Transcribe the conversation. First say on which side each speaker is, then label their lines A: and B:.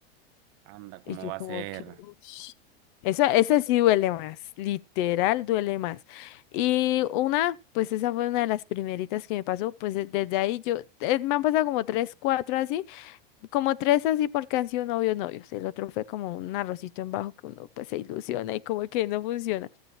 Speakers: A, on the right; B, on the left.
A: Anda, ¿cómo
B: Y yo
A: va
B: como
A: a ser?
B: que, "Ush". eso, ese sí duele más, literal duele más. Y una, pues esa fue una de las primeritas que me pasó, pues eh, desde ahí yo, eh, me han pasado como tres, cuatro así, como tres así porque han sido novios, novios. El otro fue como un arrocito en bajo que uno pues se ilusiona y como que no funciona.